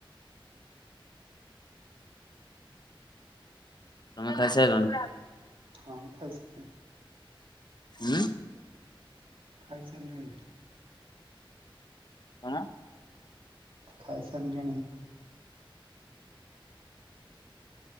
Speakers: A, on the left; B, on the right.
A: ତମେ ଖାଇ ସାରିଲଣି?
B: ହଁ ମୁ ଖାଇସାରିଲିଣି।
A: ହୁଁ
B: ଖାଇସାରିଲିଣି
A: କଣ
B: ଖାଇସାରିଲିଣି